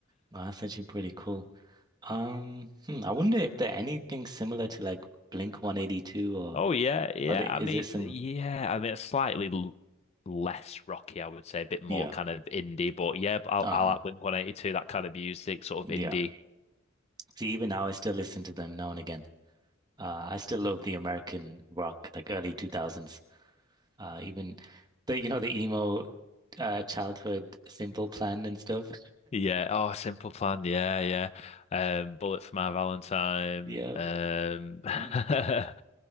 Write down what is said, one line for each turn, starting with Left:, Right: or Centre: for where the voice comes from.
Right: Wow, that's actually pretty cool. Um, hmm, I wonder if there anything similar to like Blink 182
Left: <laughs>
Right: or
Left: oh yeah yeah
Right: are they,
Left: I
Right: is
Left: mean
Right: it similar?
Left: yeah I mean it's slightly l- less rocky I would say a bit more
Right: Yeah.
Left: kind of indie but yeah I'll,
Right: Uh-huh.
Left: I'll like Blink 182 that kind of music sort
Right: Yeah.
Left: of indie
Right: See, even now I still listen to them now and again. Uh, I still love the American rock, like early 2000s. Uh, even the you know the emo uh, childhood simple plan and stuff.
Left: Yeah. Oh, Simple Plan. Yeah, yeah. Um, Bullet for My Valentine.
Right: Yeah,
Left: Um, <laughs> trying
Right: Mm,